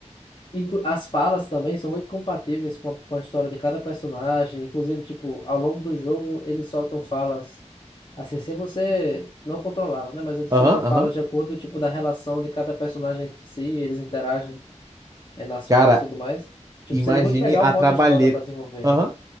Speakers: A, on the left; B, on the right.
A: Inclu- As falas também são muito compatíveis com a, com a história de cada personagem. Inclusive, tipo, ao longo do jogo, eles soltam falas. Assim, se você não controlava, né? Mas eles
B: Aham,
A: soltam falas
B: aham.
A: de acordo, tipo, da relação de cada personagem entre si, eles interagem. é, nas falas
B: Cara,
A: e tudo mais. Tipo,
B: imagine
A: seria muito legal
B: a
A: o modo
B: trabalheira.
A: história pra desenvolver.
B: Aham.